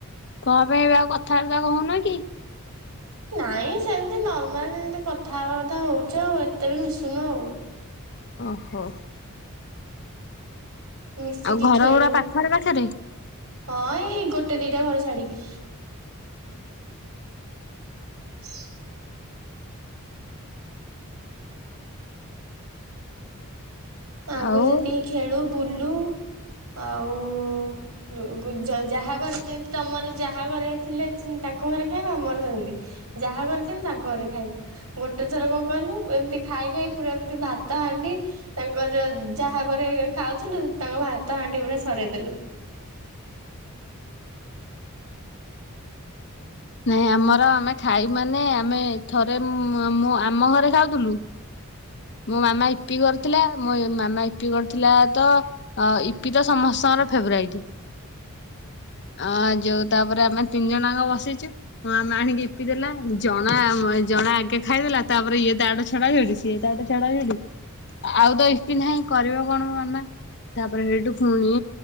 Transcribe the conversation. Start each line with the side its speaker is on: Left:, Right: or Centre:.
Left: କଣ ପାଇଁ ଏବେ ଆଉ କଥାବାର୍ତ୍ତା କହୁନ କି?
Right: ନାଇଁ ସେମିତି ନର୍ମାଲ ଯେମିତି କଥା ହେବା କଥା ହଉଚେ ଆଉ, ଏତେ ବି ମିଶୁନୁ।
Left: ଓହୋ।
Right: ମିଶିକି
Left: ଆଉ ଘର
Right: ଖେଳୁ
Left: ଗୁରା ପାଖରେ ପାଖରେ?
Right: ହଁ ଏଇ ଗୋଟେ ଦିଟା ଘର ଛାଡ଼ିକି। ହ ଆଗରୁ
Left: ଆଉ
Right: ଯେତିକି ଖେଳୁ ବୁଲୁ ଆଉ ଗୁ-ଗୁ-ଯାହା ଘରେ ଯେମିତି ତୋମର ଯାହା ଘରେ ଥିଲେ ତାଙ୍କ ଘରେ ଖାଇବ ଆମର ସେମିତି, ଯାହା ଘରେ ଥିବୁ ତାଙ୍କ ଘରେ ଖାଇବୁ, ଗୋଟେ ଥର କଣ କହିଲୁ ଏମିତି ଖାଇଖାଇ ପୁରା ଏମିତି ଭାତ ହାଣ୍ଡି ତାଙ୍କର ଯ-ଯାହା ଘରେ ଖାଉଥୁଲୁ ତାଙ୍କ ଭାତ ହାଣ୍ଡି ଗୁଡା ସରେଇଦେଲୁ।
Left: ନାଇଁ ଆମର ଆମେ ଖାଇ ମାନେ ଆମେ ଥରେ ମୁ ମ- ମୁଁ ଆମ ଘରେ ଖାଉଥୁଲୁ ମୋ ମାମା ଇପି କରିଥିଲା, ମୋ ଏ-ମାମା ଇପି କରିଥିଲା ତ ଅ, ଇପି ତ ସମସ୍ତଙ୍କର ଫେବରାଇଟ, ଅ, ଯୋଉ ତାପରେ ଆମେ ତିନି ଜଣ ଯାଙ୍କ ବସିଚୁ, ମୋ ମାମା ଆଣିକି ଇପି ଦେଲା, ଜଣା ଜଣେ ଆଗେ ଖାଇଦେଲା ତାପରେ ଇଏ ତାଠୁ ଛଡା ଛଡି ସିଏ ତାଠୁ ଛ ଛଡା ଛଡି ଆଉ ତ ଇପି ନାହିଁ କରିବ କଣ ମାମା ତାପରେ ସେଇଠୁ ଫୁଣି